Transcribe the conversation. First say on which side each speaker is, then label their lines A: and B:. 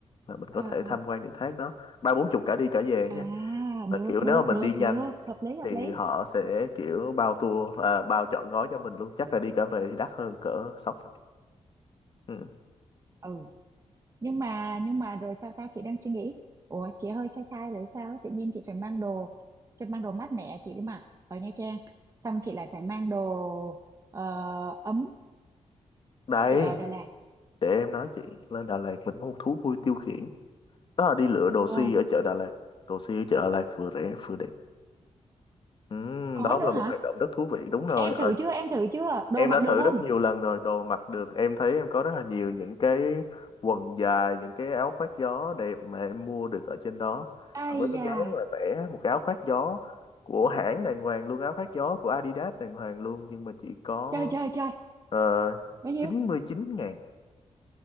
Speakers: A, on the left; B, on the right.
A: là mình
B: à,
A: có thể tham
B: à.
A: quan được thác đó ba bốn chục cả đi cả về
B: à
A: nha là
B: được
A: kiểu
B: được
A: nếu mà mình
B: được
A: đi nhanh
B: được hợp lý hợp
A: thì
B: lý
A: họ sẽ kiểu bao tour à, bao trọn gói cho mình luôn chắc là đi cả về thì đắt hơn cỡ sáu chục. ừ.
B: ừ nhưng mà nhưng mà rồi sao ta chị đang suy nghĩ ủa chị hơi sai sai rồi sao tự nhiên chị phải mang đồ chị mang đồ mát mẻ chị đi mặc ở Nha Trang xong chị lại phải mang đồ ờ, ấm
A: đây
B: chị ở Đà Lạt
A: để em nói chị lên Đà Lạt mình có một thú vui tiêu khiển đó là đi lựa đồ si
B: ờ
A: ở chợ Đà Lạt đồ si ở chợ Đà Lạt vừa rẻ vừa đẹp Ừm,
B: có
A: đó
B: nữa
A: là một
B: hả
A: hoạt động rất thú vị đúng rồi
B: em
A: Ờ,
B: thử chưa em thử chưa đồ
A: em
B: mặc
A: đã
B: được
A: thử
B: không
A: rất nhiều lần rồi đồ mặc được em thấy em có rất là nhiều những cái quần dài những cái áo khoác gió đẹp mà em mua được ở trên đó
B: ai
A: Mà với cái
B: da
A: giá rất là rẻ một cái áo khoác gió của hãng đàng hoàng luôn áo khoác gió của Adidas đàng hoàng luôn nhưng mà chỉ có
B: trời trời trời
A: uh,
B: bao nhiêu
A: 99 ngàn